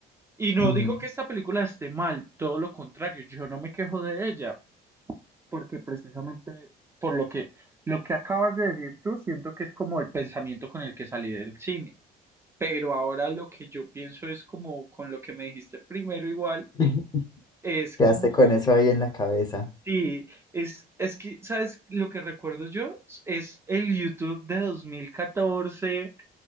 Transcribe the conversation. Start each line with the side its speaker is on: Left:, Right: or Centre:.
Right: Y no
Left: Ujú.
Right: digo que esta película esté mal, todo lo contrario, yo no me quejo de ella, porque precisamente por lo que, lo que acabas de decir tú, siento que es como el pensamiento con el que salí del cine. Pero ahora lo que yo pienso es como con lo que me dijiste primero igual,
Left: <laughs>
Right: es como,
Left: Quedaste con eso ahí en la cabeza.
Right: sí, es, es que, ¿sabes? Lo que recuerdo yo es el YouTube de 2014